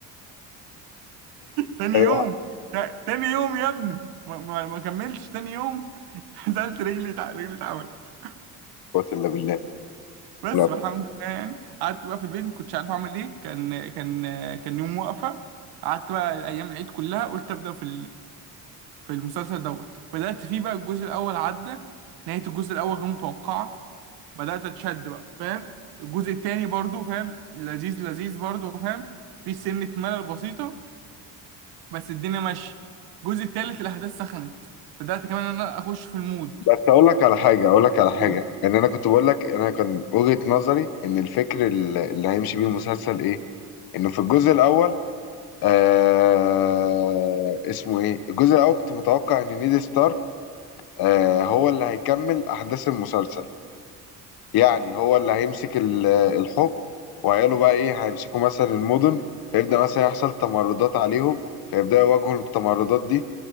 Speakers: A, on the right (about 85°); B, on the left (about 75°).
A: تاني
B: ايوه
A: يوم
B: لا
A: تا- تاني يوم يا ابني ما, ما, ما كملتش تاني يوم <laughs> نزلت رجلي تع- رجلي اتعملت
B: قوة الا بالله
A: بس
B: لا.
A: الحمد لله يعني قعدت بقى في البيت ما كنتش عارف اعمل ايه كان كان آه، كان يوم واقفه قعدت بقى الايام العيد كلها قلت ابدا في في المسلسل دوت بدأت فيه بقى الجزء الأول عدى نهاية الجزء الأول غير متوقعة بدأت أتشد بقى فاهم الجزء التاني برضو فاهم لذيذ لذيذ برضو فاهم في سنة ملل بسيطة بس الدنيا ماشية الجزء التالت الأحداث سخنت بدأت كمان إن أنا أخش في المود
B: بس اقول لك على حاجه اقول لك على حاجه
A: قول.
B: ان انا كنت بقول لك انا كان وجهه نظري ان الفكر اللي اللي هيمشي بيه المسلسل ايه انه في الجزء الاول آه اسمه ايه الجزء الاول كنت متوقع ان نيد ستارك آه هو اللي هيكمل احداث المسلسل يعني هو اللي هيمسك ال- الحكم وعياله بقى ايه هيمسكوا مثلا المدن فيبدأ مثلا يحصل تمردات عليهم فيبدأوا يواجهوا التمردات دي